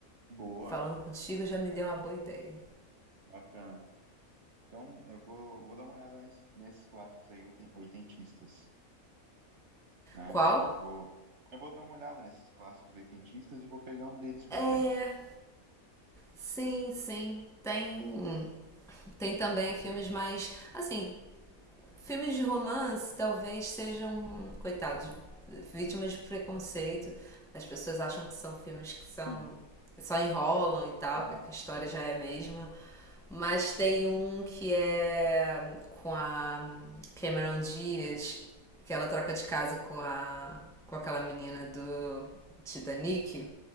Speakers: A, on the right; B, in the centre.
A: boa,
B: Falando contigo já me deu uma boa ideia.
A: bacana. Então, eu vou, vou dar uma olhada nesse- nesses clássicos aí oiten- oitentistas, né?
B: Qual?
A: Eu vou, eu vou dar uma olhada nesses clássicos oitentistas e vou pegar um deles pra
B: É,
A: ver.
B: sim, sim. Tem um. Tem também filmes mais. Assim, filmes de romance talvez sejam, coitados, vítimas de preconceito. As pessoas acham que são filmes que são.
A: Sim,
B: só enrolam e tal,
A: aham.
B: que a história já é a mesma. Mas tem um que é com a Cameron Diaz que ela troca de casa com a com aquela menina do Titanic,